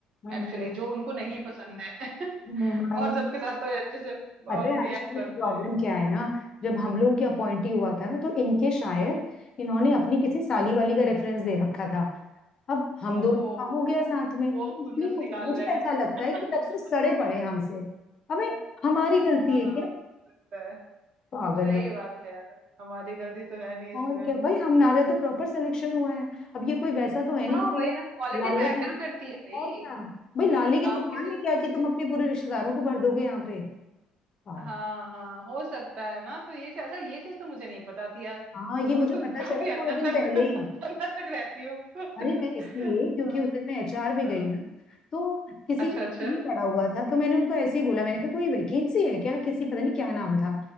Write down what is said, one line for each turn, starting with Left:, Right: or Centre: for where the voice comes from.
Left: हम्म
Right: एक्चुअली
Left: तो,
Right: जो उनको नहीं पसंद है <laughs>
Left: हम्म, I
Right: और
Left: know.
Right: सबके साथ तो ये अच्छे से बिहेव
Left: पता है एक्चुअली
Right: करते
Left: प्रॉब्लम
Right: हैं
Left: क्या है ना जब हम लोगों की अपॉइंटी हुआ था ना तो इनके शायद इन्होंने अपनी किसी साली वाली का रेफरेंस दे रखा था अब हम
Right: ओ
Left: दोनों का हो गया
Right: वो,
Left: साथ में
Right: वो
Left: तो इसलिए
Right: खुन्नस
Left: मुझे
Right: निकाल
Left: मुझे
Right: रहे
Left: ऐसा
Right: हैं
Left: लगता
Right: <laughs>
Left: है कि तब से सड़े पड़े हैं हमसे अबे हमारी
Right: हाँ
Left: गलती है
Right: हाँ
Left: क्या
Right: हो सकता है
Left: पागल
Right: सही
Left: ना
Right: बात है यार हमारी गलती तो है नहीं इसमें
Left: और क्या भाई हमारा तो प्रॉपर सिलेक्शन हुआ है अब ये कोई वैसा तो है नहीं
Right: हाँ
Left: कि भैया
Right: वही ना क्वालिटी
Left: लाले
Right: मैटर
Left: की
Right: करती है भाई
Left: और क्या भाई लाले की दुकान
Right: आप किसी
Left: में
Right: भी
Left: क्या
Right: चीज
Left: कि
Right: के
Left: तुम
Right: लिए
Left: अपने पूरे रिश्तेदारों को भर दोगे यहाँ पे पागल।
Right: हाँ हाँ हो सकता है ना तो ये चीज अच्छा ये चीज तो मुझे नहीं पता थी यार
Left: हाँ ये
Right: अब
Left: मुझे
Right: तुम
Left: पता
Right: काफी
Left: चला
Right: अंदर
Left: थोड़े दिन पहले
Right: तक
Left: ही
Right: <laughs> अंदर तक रहती हो <laughs> हाँ,
Left: अरे मैं इसलिए क्योंकि उस दिन मैं एचआर में
Right: हाँ।
Left: गई ना तो किसी
Right: अच्छा अच्छा
Left: भी पड़ा हुआ था तो मैंने उनको ऐसे ही बोला मैंने कहा कोई वैकेंसी है क्या किसी पता नहीं क्या नाम था